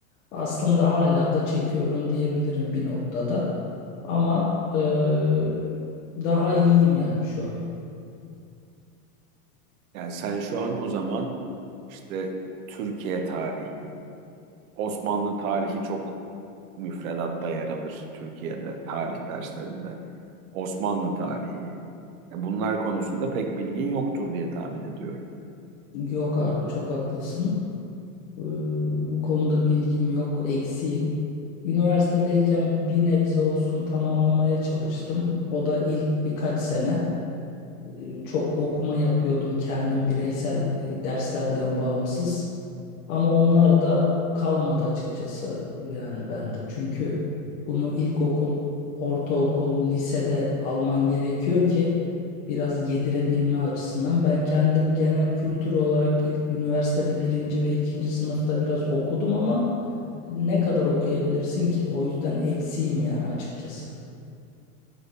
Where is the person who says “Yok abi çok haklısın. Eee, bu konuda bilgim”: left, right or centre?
Left